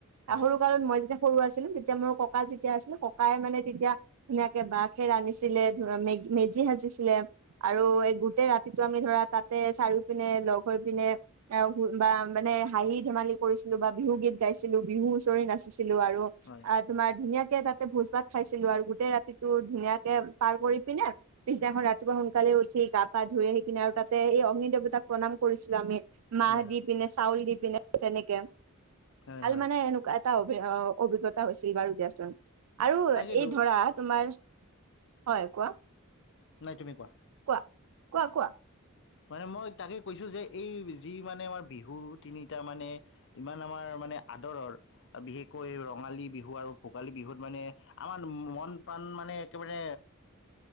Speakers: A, on the left (about 60°); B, on the right (about 80°).
A: হয়
B: সৰু কালত মই যেতিয়া সৰু আছিলো তেতিয়া মোৰ ককা যেতিয়া আছিলে ককাইয়ে মানে তেতিয়া ধুনীয়াকে বাঘে ৰান্ধনিছিলে ধুৰা মেগ মেজি সাজিছিলে আৰু এই গোটেই ৰাতিটো আমি ধৰা তাতে চাৰি পিনে লগ হৈ পিনে এ বাহ মানে হাঁহি ধেমালি কৰিছিলো বা বিহু গীত গাইছিলো বিহু হুচৰি নাচিছ ছিলো আৰু
A: হয়
B: আ' তোমাৰ ধুনীয়াকে তাত। তাতে ভোজ ভাত খাইছিলো আৰু গোটেই ৰাতিটো ধুনীয়াকে পাৰ কৰি পিনে। পিছদিনাখন ৰাতিপুৱা সোনকালে উঠি গা পা ধুই আহি কিনে আৰু তাতে এই অগ্নি দেৱতাক প্ৰণাম কৰিছিলো আমি। মাহ
A: হয় হয়
B: দি পিনে, চাউল দি পিনে, তেনেকে
A: হয়
B: ভাল
A: হয়
B: মানে এনেকুৱা এটা <unintelligible> অভিজ্ঞতা হৈছিল বাৰু দিয়াচোন, আৰু
A: তাকেইতো
B: এই ধৰা তোমাৰ হয় কোৱা।
A: নাই, তুমি কোৱা।
B: কোৱা কোৱা কোৱা।
A: মানে মই তাকে কৈছো যে এই যি মানে আমাৰ বিহু তিনিটা মানে, ইমান আমাৰ। মানে আদৰৰ। বিশেষকৈ ৰঙালী বিহু আৰু ভোগালী বিহুত মানে আমাৰ মন প্ৰাণ মানে একেবাৰে